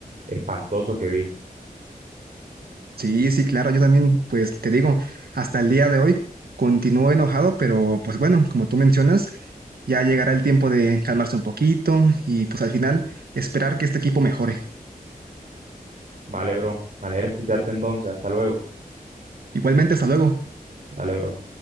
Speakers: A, on the right (about 55°); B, on the right (about 80°).
A: espantoso que vi.
B: Sí, sí, claro, yo también, pues te digo, hasta el día de hoy continúo enojado, pero pues bueno, como tú mencionas, ya llegará el tiempo de calmarse un poquito y pues al final esperar que este equipo mejore.
A: Vale, bro, me alegra escucharte entonces. Hasta luego.
B: Igualmente, hasta luego.
A: Dale, bro.